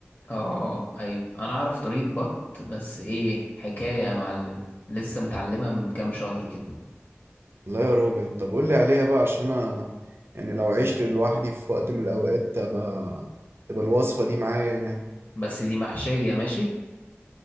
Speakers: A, on the left (about 45°); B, on the right (about 60°).
A: آه آه آه، أيوة أنا أعرف طريقة بط بس إيه حكاية يا معلم لسه متعلمها من كام شهر كده
B: لا يا راجل طب قول لي عليها بقى عشان انا يعني لو عشت لوحدي في وقت من الاوقات تبقى تبقى الوصفة دي معايا يعني
A: بس دي محشية ماشي